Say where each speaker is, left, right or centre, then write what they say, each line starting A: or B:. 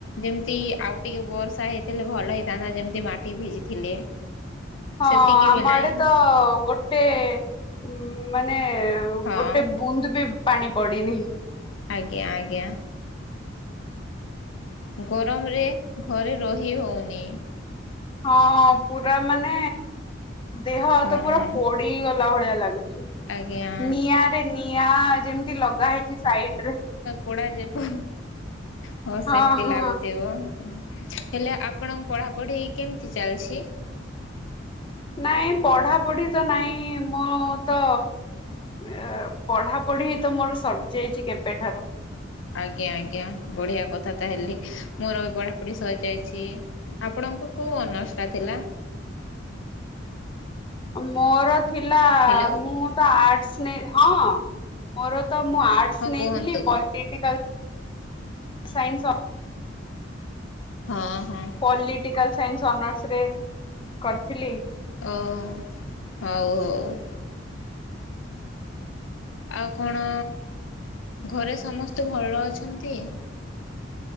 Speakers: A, on the left; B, on the left.
A: ଯେମିତି ଆଉ ଟିକେ ବର୍ଷା ହେଇଥିଲେ ଭଲ ହେଇଥାନ୍ତା ଯେମିତି ମାଟି ଭିଜିଥିଲେ।
B: ହଁ
A: ସେତିକି
B: ଆମ
A: ବି ନାହିଁ
B: ଆଡ଼େ ତ ଗୋଟେ ଉ ମାନେ
A: ହଁ
B: ଗୋଟେ ବୁନ୍ଦ ବି ପାଣି ପଡ଼ିନି।
A: ଆଜ୍ଞା ଆଜ୍ଞା ଗରମରେ ଘରେ ରହି ହଉନି।
B: ହଁ ହଁ ପୁରା ମାନେ ଦେହ ହାତ
A: ହଁ
B: ପୁରା ପୋଡ଼ିଗଲା ଭଳିଆ ଲାଗୁ
A: ଆଜ୍ଞା।
B: ନିଆଁରେ ନିଆଁ ଯେମିତି ଲଗା ହେଇଛି ସାଇଡରେ
A: ପୋଡ଼ା ଯିବ ହଉ ସେମିତି
B: ହଁ ହଁ
A: ଲାଗୁଥିବ। ହେଲେ ଆପଣଙ୍କ ପଢ଼ା ପଢ଼ି କେମିତି ଚାଲିଛି?
B: ନାଇଁ ପଢ଼ା ପଢ଼ି ତ ନାଇଁ ମୁଁ ତ ଏ ପଢ଼ା ପଢ଼ି ତ ମୋର ସରି ଯାଇଛି କେବେଠାରୁ।
A: ଆଜ୍ଞା ଆଜ୍ଞା ବଢ଼ିଆ କଥା ତାହେଲେ ମୋର ବି ପଢ଼ାପଢ଼ି ସରିଯାଇଛି। ଆପଣଙ୍କ କୋଉ ଅନର୍ଷଟା ଥିଲା?
B: ମୋର ଥିଲା
A: ହ୍ୟାଲୋ
B: ମୁଁ ତ ଆର୍ଟସ୍ ନେ ହଁ ମୋର ତ ମୁଁ ଆର୍ଟସ୍
A: ହଁ
B: ନେଇଥିଲି
A: କୁହନ୍ତୁ
B: ପଲି ଟିକାଲ୍ ସାଇନସ୍-
A: ହଁ ହଁ
B: ପଲିଟିକାଲ ସାଇନ୍ସ ଅନର୍ସ ରେ କରିଥିଲି।
A: ଓ ହଉ ହଉ ଆଉ କଣ ଘରେ ସମସ୍ତେ ଭଲ ଅଛନ୍ତି?